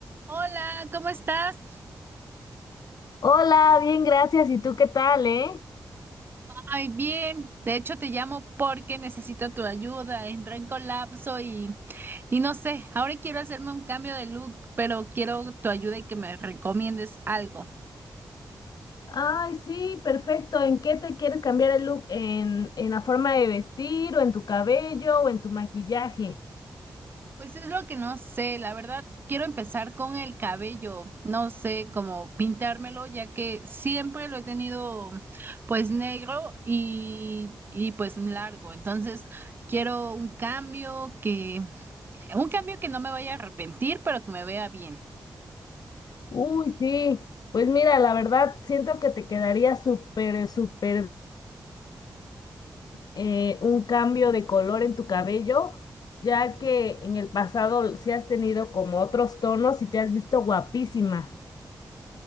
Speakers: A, on the right (about 30°); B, on the left (about 70°).
A: Hola, ¿cómo estás?
B: Hola, bien, gracias. ¿Y tú qué tal, eh?
A: Ay, bien. De hecho, te llamo porque necesito tu ayuda. Entré en colapso y, y no sé, ahora quiero hacerme un cambio de look, pero quiero tu ayuda y que me recomiendes algo.
B: Ay, sí, perfecto. ¿En qué te quieres cambiar el look? ¿En, en la forma de vestir o en tu cabello o en tu maquillaje?
A: Pues es lo que no sé, la verdad, quiero empezar con el cabello. No sé cómo pintármelo, ya que siempre lo he tenido pues negro y, y pues largo. Entonces, quiero un cambio que... Un cambio que no me vaya a arrepentir, pero que me vea bien.
B: Uy, sí. Pues mira, la verdad, siento que te quedaría súper, súper eh, un cambio de color en tu cabello, ya que en el pasado sí has tenido como otros tonos y te has visto guapísima.